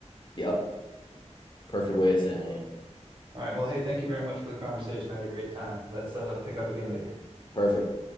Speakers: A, on the left; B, on the right.
A: yep, perfect way of saying it.
B: All right. Well, hey, thank you very much for the conversation. I had a great time. Let's uh, pick up again later.
A: Perfect.